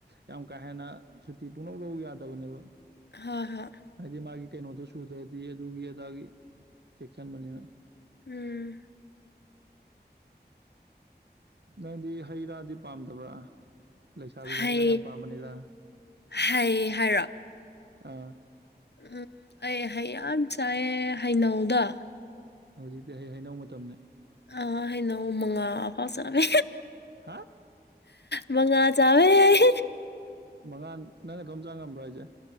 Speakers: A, on the right; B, on the left.
A: ꯌꯥꯝ ꯀꯥ ꯍꯦꯟꯅ ꯁꯨꯇꯤ ꯁꯨꯇꯤ ꯄꯨꯡꯂꯧ ꯂꯧ ꯌꯥꯗꯕꯅꯦꯕ
B: ꯍꯣꯏ ꯍꯣꯏ
A: ꯍꯥꯏꯗꯤ ꯃꯥꯒꯤ ꯀꯩꯅꯣꯗꯣ ꯁꯨꯗ꯭ꯔꯗꯤ ꯑꯗꯨꯒꯤ ꯑꯗꯥꯒꯤ ꯆꯦꯛꯁꯤꯟꯕꯅꯤꯅ
B: ꯎꯝ
A: ꯅꯪꯗꯤ ꯍꯩ ꯔꯥꯗꯤ ꯄꯥꯝꯗꯕ꯭ꯔꯥ ꯂꯩꯁꯥꯕꯤꯗ
B: ꯍꯩ
A: ꯍꯩꯔꯥ ꯌꯥꯝ ꯄꯥꯝꯕꯅꯤꯗ
B: ꯍꯩ ꯍꯥꯏꯔꯣ
A: ꯑꯥ
B: ꯎꯝ ꯑꯩ ꯌꯥꯝ ꯆꯥꯏꯌꯦ ꯍꯩꯅꯧꯗ
A: ꯍꯧꯖꯤꯛꯇꯤ ꯍ ꯍꯩꯅꯧ ꯃꯇꯝꯅꯤꯅꯦ
B: ꯑ ꯍꯩꯅꯧ ꯃꯉꯥ ꯐꯥꯎ ꯆꯥꯃꯦ
A: ꯍꯥ
B: ꯃꯉꯥ ꯆꯥꯕ ꯑꯩ
A: ꯃꯉꯥ ꯅꯪꯅ ꯑꯗꯨꯣꯝ ꯆꯥ ꯉꯝꯕ꯭ꯔꯣ ꯍꯥꯏꯁꯦ